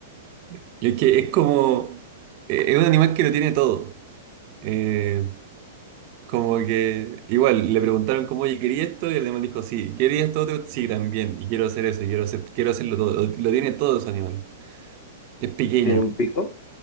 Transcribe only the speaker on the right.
<laughs> Es que es como. eh, es un animal que lo tiene todo. Eh, Como que igual le preguntaron como, oye, ¿quería esto? Y el animal dijo, sí, ¿quería esto otro? Sí, también, y quiero hacer eso, y quiero hacer, quiero hacerlo todo. Lo tiene todos los animales. Es pequeño,